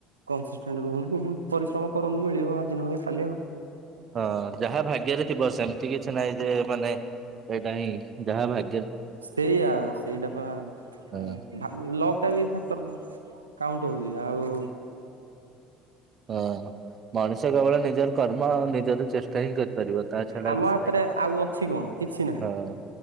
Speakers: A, on the right; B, on the right.
A: କନସିଷ୍ଟାଣ୍ଟ ରୁହନ୍ତୁ ପରିଶ୍ରମ କରନ୍ତୁ ମିଳିବ ଆଜି ନହେଲେ କାଲି ଆଉ।
B: ହଁ ଯାହାଭାଗ୍ୟରେ ଥିବ ସେମିତି କିଛି ନାଇଁ ଯେ ମାନେ ଏଇଟା ହିଁ ଯାହା ଭା
A: ସେଇଆା ସେଇଟାପ ଆଜ୍ଞା
B: ହଁ।
A: ଭା ଲକଟା ବି ଫାକ୍ଟର କାଉଣ୍ଟ ହଉଛି ଆଉ।
B: ଓଁ ହଁ ମଣିଷଙ୍କ ଭଳିଆ ନିଜର। କର୍ମ ଆଉ ନିଜର ଚେଷ୍ଟା ହିଁ କରିପାରିବ ତା ଛଡା
A: ଆମ
B: କିଛି
A: ହାତରେ
B: ନାହିଁ
A: ଆଉ ଅଛି କଣ କିଛି ନାହିଁ
B: ହଁ।